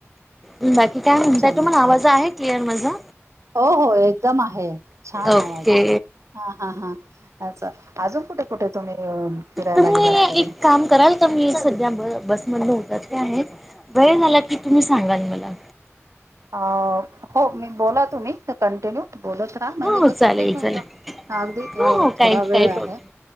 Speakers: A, in the centre; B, on the right (about 80°).
A: बाकी काय म्हणताय,
B: छान
A: तुम्हाला
B: वाटतं.
A: आवाज आहे क्लिअर माझा?
B: हो हो, एकदम आहे छान
A: ओके
B: आवाज आहे. हा हा हा, असं अजून कुठे कुठे तुम्ही फिरायला
A: तुम्ही
B: गेलात तरी?
A: एक काम कराल का? मी सध्या ब बसमधन उतरते आहे, वेळ झाला की तुम्ही सांगाल मला.
B: अ हो मी बोला तुम्ही कंटिन्यू बोलत का, म्हणजे
A: हो हो
B: तस
A: चालेल
B: ते पण
A: चालेल
B: अगदी
A: हो हो काही
B: थोडा
A: काही
B: वेळ
A: प्रॉब्लेम
B: आहे.